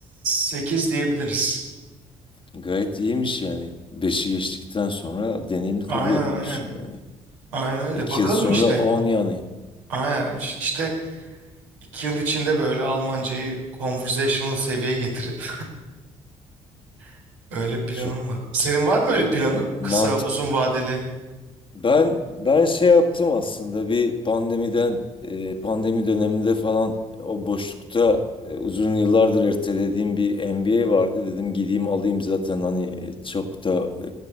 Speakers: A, on the right (about 75°); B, on the left (about 30°).
A: 8 diyebiliriz.
B: Gayet iyiymiş yani. Beşi geçtikten sonra deneyimli
A: Aynen
B: kabul ediliyorsun
A: aynen.
B: yani.
A: Aynen öyle.
B: İki
A: Bakalım
B: yıl sonra
A: işte.
B: on yani.
A: Aynen İş- işte 2 yıl içinde böyle Almancayı conversational seviyeye getirip <laughs> öyle planım
B: Çok
A: var. Senin var mı öyle planın?
B: valla mantıklı.
A: Kısa, uzun vadeli.
B: Ben ben şey yaptım aslında bir pandemiden e, pandemi döneminde falan o boşlukta e, uzun yıllardır ertelediğim bir MBA vardı dedim gideyim alayım zaten hani e, çok da e,